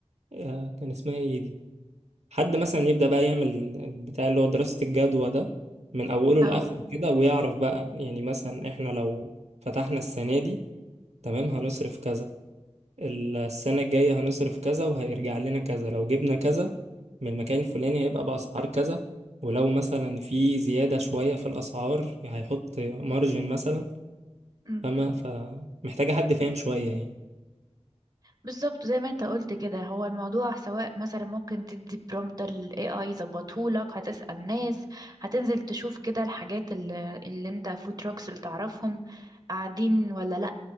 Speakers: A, on the right; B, on the right.
A: آه، كان اسمها إيه دي حد مثلا يبدأ بقى يعمل البتاع اللي هو دراسة الجدوى ده من أوله
B: اه
A: لآخره كده ويعرف بقى يعني مثلا إحنا لو فتحنا السنة دي تمام هنصرف كذا السنة الجاية هنصرف كذا وهيرجع لنا كذا لو جبنا كذا من المكان الفلاني هيبقى بأسعار كذا ولو مثلا في زيادة شوية في الأسعار هيحط مارجن مثلا
B: أمم.
A: فما فمحتاجة حد فاهم شوية يعني
B: بالظبط زي ما انت قلت كده هو الموضوع سواء مثلا ممكن تدي برومبت ال AI يظبطهولك هتسأل ناس هتنزل تشوف كده الحاجات اللي, اللي انت فود تراكس اللي تعرفهم قاعدين ولا لأ